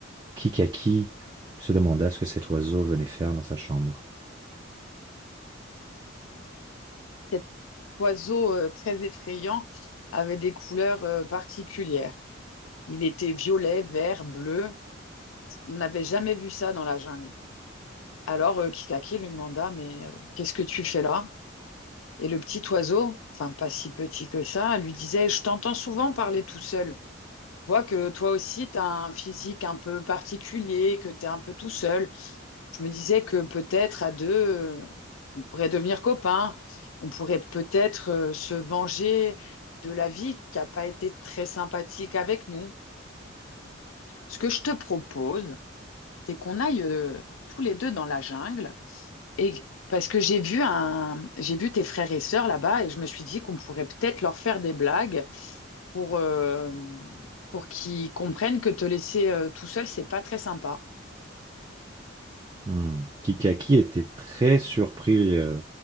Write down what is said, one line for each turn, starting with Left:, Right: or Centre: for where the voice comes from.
Right: Kikaki se demanda ce que cet oiseau venait faire dans sa chambre.
Left: Cette oiseau euh, très effrayant avait des couleurs euh, particulières. Il était violet, vert, bleu. On n'avait jamais vu ça dans la jungle. Alors euh, Kikaki lui demanda, Mais euh, qu'est-ce que tu fais là? Et le petit oiseau, enfin pas si petit que ça, lui disait, Je t'entends souvent parler tout seul. Je vois que toi aussi, tu as un physique un peu particulier, que tu es un peu tout seul. je me disais que peut-être à deux, euh, on pourrait devenir copains, on pourrait peut-être euh, se venger de la vie qui n'a pas été très sympathique avec nous. Ce que je te propose, c'est qu'on aille euh, tous les deux dans la jungle et parce que j'ai vu un, j'ai vu tes frères et sœurs là-bas et je me suis dit qu'on pourrait peut-être leur faire des blagues pour euh, pour qu'ils comprennent que te laisser euh, tout seul, c'est pas très sympa.
Right: Hmm. Kikaki était très surpris euh,